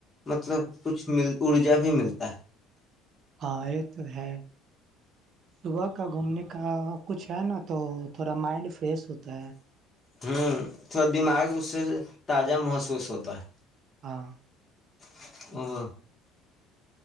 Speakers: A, on the left; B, on the right.
A: مطلب کچھ مل ارجا بھی ملتا ہے
B: ہئے تو ہے صبح کا گھومنے کا کچھ ہے نا تو تھوڑا مائنڈ فریش ہوتا ہے
A: ہوں تھوڑا دماغ اس سے تازہ محسوس ہوتا ہے
B: ہاں
A: <inaudible>